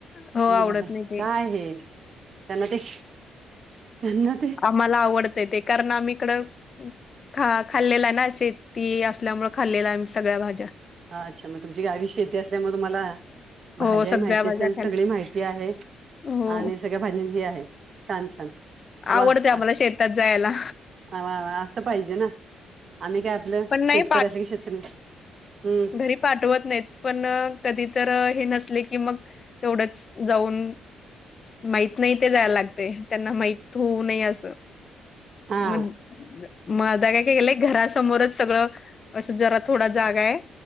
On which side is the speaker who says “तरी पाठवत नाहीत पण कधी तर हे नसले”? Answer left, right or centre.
Left